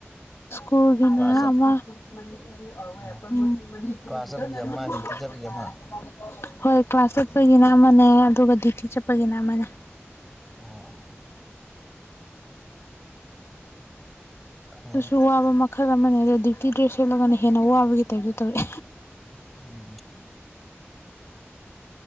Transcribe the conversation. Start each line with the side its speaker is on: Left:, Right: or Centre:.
Left: ꯁ꯭ꯀꯨꯜꯒꯤꯅ
Centre: ꯀ꯭ꯂꯥꯁ
Left: ꯑꯃ
Centre: ꯆꯠ
Left: ꯎ <unintelligible>
Centre: ꯑꯣ ꯀ꯭ꯂꯥꯁ ꯆꯠꯄꯒꯤ ꯑꯃ ꯗ꯭ꯌꯨꯇꯤ ꯆꯠꯄꯒꯤ ꯑꯃ
Left: ꯍꯣꯏ ꯀ꯭ꯂꯥꯁ ꯆꯠꯄꯒꯤꯅ ꯑꯃꯅꯦ ꯑꯗꯨꯒ ꯗ꯭ꯌꯨꯇꯤ ꯆꯠꯄꯒꯤꯅ ꯑꯃꯅꯦ
Centre: ꯑꯣ ꯐꯩꯅꯦ
Left: ꯑꯗꯨꯁꯨ ꯋꯥꯕ ꯃꯈꯜ ꯑꯃꯅꯦ ꯑꯗꯨꯗ ꯗ꯭ꯌꯨꯇꯤ ꯗ꯭ꯔꯦꯁ ꯁꯦꯠꯂꯒꯅ ꯍꯦꯟꯅ ꯋꯥꯕꯒꯤ ꯇꯥꯏꯞꯇ ꯇꯧꯋꯦ
Centre: ꯎꯝ